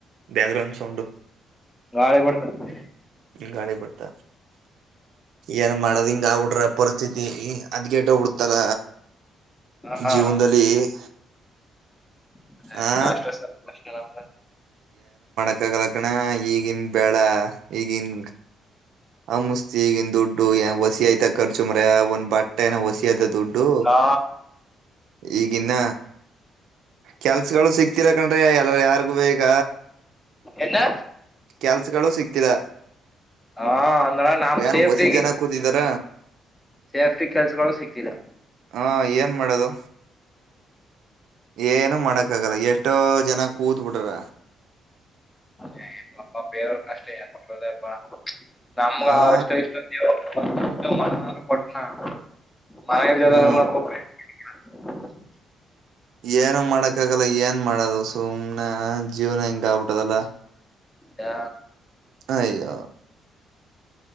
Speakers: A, on the right (about 80°); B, on the left (about 15°).
A: ಬ್ಯಾಕ್ ಗ್ರೌಂಡ್ ಸೌಂಡು
B: ಗಾಳಿ ಬರ್ತದೆ
A: ಗಾಳಿ ಬಿಡ್ತ ಏನ ಮಾಡದ ಹಿಂಗ. ನಾವ ಉಡ್ರ ಪರಿಸ್ಥಿತಿ ಹದಗೆಟ್ಟ ಹೋಗ್ಬಡ್ತದ.
B: ಹಾ
A: ಜೀವನದಲ್ಲಿ. <inaudible>
B: ಏ <unintelligible>
A: ಆ
B: ಅಷ್ಟೇ ನಮ್ದ.
A: ಹೆಳಕಗಲ್ಲ ಕನ್ಯ ಈಗಿನ ಬ್ಯಾಳ ಈಗಿನ. ಆ ಮುಸ್ತಿ ಈಗಿನ ದುಡ್ಡು ಯ ವಸಿ ಆಯ್ತ. ಖರ್ಚು ಮಾರಾಯ ಒಂದ ಬಟ್ಟೆನ ವಸಿಯದ ದುಡ್ಡು
B: ಹಾ
A: ಈಗ ಇನ್ನ ಕೆಲ್ಸಗಳು ಸಿಕ್ತಿಲ್ಲ. <unintelligible> ಎಲ್ಲಾ ಯಾರಗುವೆ ಈಗ.
B: ಎನ್ನ.
A: ಕೆಲ್ಸಗಳು ಸಿಗ್ತಿಲ್ಲ.
B: ಹಾ. ಅಂದ್ರ ನಮ್
A: ಏನ
B: ಸೇಫ್ಟಿ
A: ವಸಿ ಜನ ಕೂತಿದಾರ
B: ಸೇಫ್ಟಿ ಕೆಲ್ಸಗಳು ಸಿಕ್ತಿಲ್ಲ
A: ಹ ಏನ ಮಾಡೋದು ಏನು ಮಾಡಕ. ಕಾಗಲ್ಲ ಎಷ್ಟೋ ಜನ ಕೂತ ಬಿಟ್ಟರ.
B: ಏ ಪಾಪ ಬೇರೆವರ ಬೇರ ಕಷ್ಟ. <unintelligible> ನಮ್ಗ
A: ಆ
B: ಅಷ್ಟು ಇಷ್ಟೊ ದೇವರ. ದುಡ್ಡು ಮನಾರ ಕೊಟ್ನ. <unintelligible>
A: ಹ್ಮ್
B: <inaudible>
A: ಏನು ಮಾಡಕ್ಕಾಗಲ್ಲ ಏನ. ಏನ ಮಾಡೋದು ಸುಮ್ನೆ ಜೀವನ ಹಿಂಗ. ಆಗ್ಬಿಟ್ಟದಲ್ಲ
B: ಯ.
A: ಅಯ್ಯೋ.